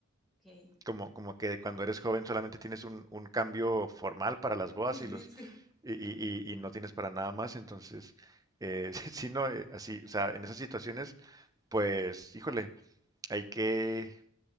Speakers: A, in the centre; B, on the right (about 15°).
A: ok.
B: como, como que cuando eres joven solamente tienes un, un cambio formal para las bodas
A: Sí,
B: y
A: sí,
B: los
A: sí.
B: y, y- y- y no tienes para nada más, entonces eh, <laughs> si no eh, así, o sea, en esas situaciones, pues, híjole, hay que